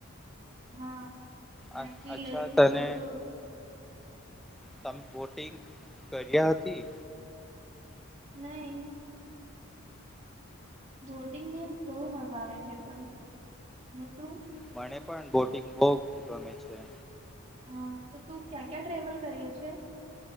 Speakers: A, on the right (about 30°); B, in the centre.
A: હા, નક્કી
B: આ અચ્છા
A: લેકની
B: તને
A: ફોટો.
B: તમે બોટિંગ, કર્યા હતી.
A: નહીં.. બોટિંગને બહુ મજા આવે છે પણ, અને તું
B: મને પણ બોટિંગ, બહુ ગમે છે.
A: હા તો તું ક્યાં ક્યાં ટ્રેવલ કર્યો છે?